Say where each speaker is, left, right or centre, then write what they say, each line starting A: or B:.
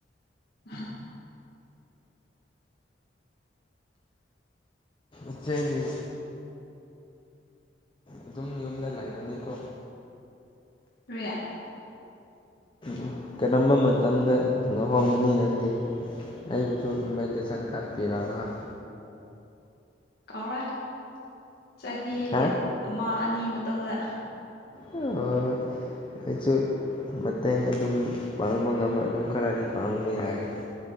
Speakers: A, on the left; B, on the left.
A: ꯎꯝ <unintelligible>
B: ꯏꯆꯦꯗꯤ ꯑꯗꯨꯝ ꯌꯨꯝꯗ ꯂꯩꯕꯅꯤꯀꯣ
A: ꯔꯔꯤꯌꯥ <unintelligible>
B: ꯎ <inaudible> ꯀꯔꯝꯕ ꯃꯇꯝꯗ ꯂꯨꯍꯣꯡꯒꯅꯤ ꯅꯪꯗꯤ ꯑꯩꯕꯨꯁꯨ ꯏꯟꯚꯥꯏꯇꯦꯁꯟ ꯀꯥꯔꯠ ꯄꯤꯔꯒ
A: ꯀꯥꯎꯔꯦ ꯆꯍꯤ
B: ꯍꯥ
A: ꯑꯃ ꯑꯅꯤ ꯃꯇꯪꯗ
B: ꯑ ꯑꯩꯁꯨ ꯃꯇꯦꯡ ꯑꯗꯨꯝ ꯄꯥꯡꯕ ꯉꯝ ꯑꯗꯨꯝ ꯈꯔꯗꯤ ꯄꯥꯡꯕ ꯌꯥꯒꯦ